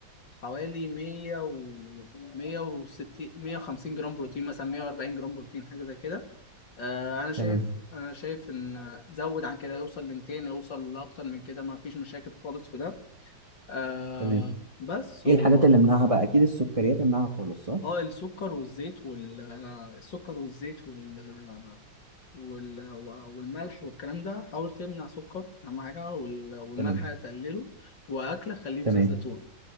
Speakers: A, on the left; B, on the right.
A: حوالي 100 و 160 150 جرام بروتين مثلا 140 جرام بروتين حاجة زي كده آه، انا شايف
B: تمام
A: انا شايف ان زود عن كده يوصل ل 200 يوصل لاكتر من كده ما فيش مشاكل خالص في ده آه
B: تمام
A: بس و
B: ايه الحاجات اللي امنعها بقى اكيد السكريات امنعها خالص صح
A: اه السكر والزيت وال آه، السكر والزيت وال آه، وال والملح والكلام ده حاول تمنع سكر اهم حاجه وال... والملح
B: تمام
A: تقلله واكلك خليه بزيت
B: تمام
A: زيتون